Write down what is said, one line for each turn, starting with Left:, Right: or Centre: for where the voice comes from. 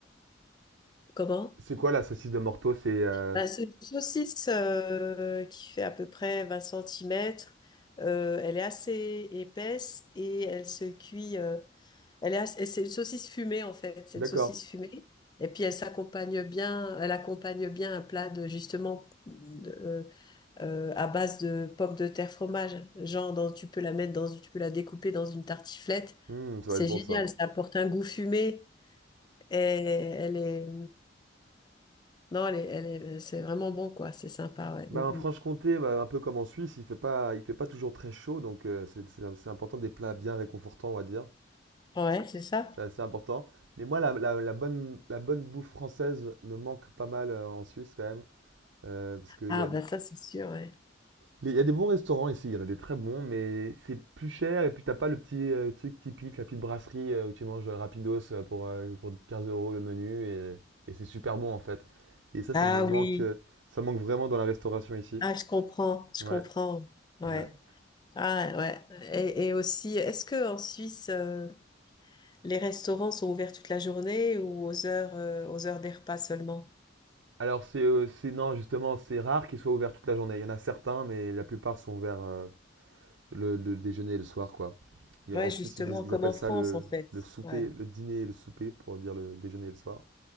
Left: comment?
Right: C'est quoi la saucisse de Morteau? C'est... euh,
Left: Bah, c'est une saucisse euh, qui fait à peu près 20 cm. elle est assez épaisse et elle se cuit. euh, elle est ass- et c'est une saucisse fumée en fait. C'est
Right: D'accord.
Left: une saucisse fumée. Et puis elle s'accompagne bien. Elle accompagne bien un plat de justement de- euh, euh, à base de pommes de terre fromage. Genre dans- tu peux la mettre dans tu peux la découper dans une tartiflette.
Right: Hmm, ça
Left: C'est
Right: va être bon
Left: génial.
Right: ça.
Left: Ça apporte un goût fumé et elle est non, elle est, elle est- c'est vraiment bon, quoi. C'est sympa, ouais.
Right: Bah,
Left: Mm, mm.
Right: en Franche-Comté, bah, un peu comme en Suisse, il fait pas, il fait pas toujours très chaud, donc euh, c'est c'est- c'est important des plats bien réconfortants, on va dire.
Left: Ouais, c'est ça.
Right: C'est assez important. Mais moi, la, la- la bonne, la bonne bouffe française me manque pas mal euh, en Suisse quand même. Euh, parce qu'il
Left: Ah,
Right: y a,
Left: ben ça, c'est sûr, ouais.
Right: il y a des bons restaurants ici, il y en a des très bons, mais c'est plus cher et puis t'as pas le petit euh, truc typique, la petite brasserie euh, où tu manges euh, rapidos euh, pour, euh, pour 15 euros le menu et, et c'est super bon en fait. Et ça,
Left: Ah
Right: ça me
Left: oui.
Right: manque, euh, ça manque vraiment dans la restauration ici.
Left: Ah, je comprends, je
Right: Ouais,
Left: comprends. Ouais.
Right: ouais.
Left: Ah, ouais. Et, et aussi, est-ce que en Suisse, euh, les restaurants sont ouverts toute la journée ou aux heures, euh, aux heures des repas seulement?
Right: Alors c'est euh, c'est- non justement c'est rare qu'ils soient ouverts toute la journée. Il y en a certains, mais la plupart sont ouverts euh, le, le déjeuner et le soir quoi. Il
Left: Ouais,
Right: y a- en Suisse
Left: justement,
Right: ils, disent- ils
Left: comme
Right: appellent
Left: en
Right: ça
Left: France,
Right: le,
Left: en fait.
Right: le souper,
Left: Ouais,
Right: le dîner et le souper pour dire le déjeuner et le soir.